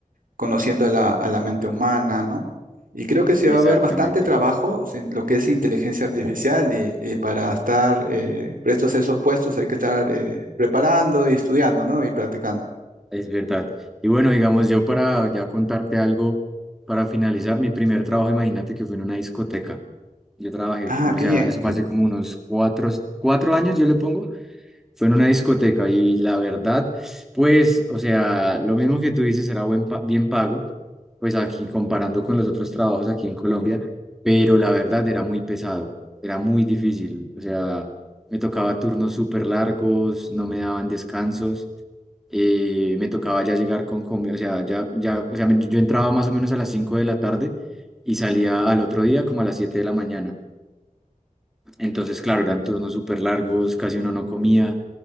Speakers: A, on the right; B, in the centre.
A: conociendo a la, a la mente humana, ¿no? Y creo que se
B: exactamente,
A: va a ver bastante trabajo en lo que es inteligencia artificial y, y para estar eh, prestos a esos puestos hay que estar eh, preparando y estudiando, ¿no? Y practicando.
B: es verdad. Y bueno, digamos, yo para ya contarte algo, para finalizar, mi primer trabajo, imagínate que fue en una discoteca. Yo trabajé,
A: Ah,
B: o
A: qué
B: sea,
A: bien.
B: eso fue
A: <laughs>
B: hace como unos cuatro, cuatro años, yo le pongo, fue en una discoteca y la verdad, pues, o sea, lo mismo que tú dices, era buen pa- bien pago, pues aquí comparando con los otros trabajos aquí en Colombia, pero la verdad era muy pesado, era muy difícil, o sea, me tocaba turnos súper largos, no me daban descansos, eh, me tocaba ya llegar con comida, o sea, ya, ya, o sea, me- yo entraba más o menos a las 5 de la tarde y salía al otro día como a las 7 de la mañana. Entonces, claro, eran turnos súper largos, casi uno no comía.